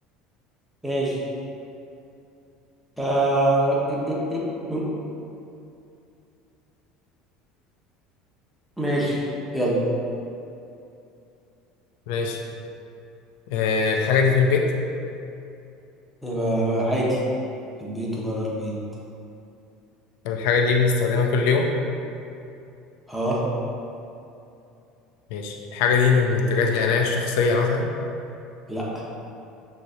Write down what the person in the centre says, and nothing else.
ماشي آه... م- م- م- م- ماشي يلا
ما... ما عادي في البيت وبره البيت
اه
لا